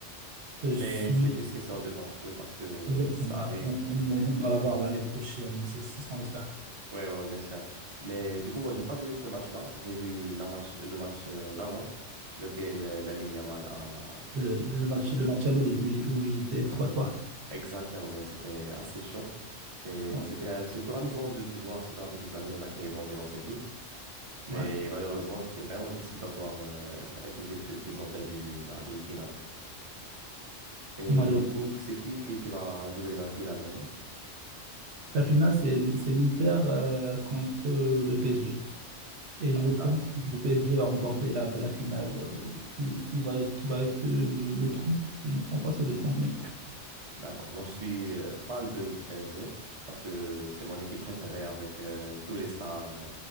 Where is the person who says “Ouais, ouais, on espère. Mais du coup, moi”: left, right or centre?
Right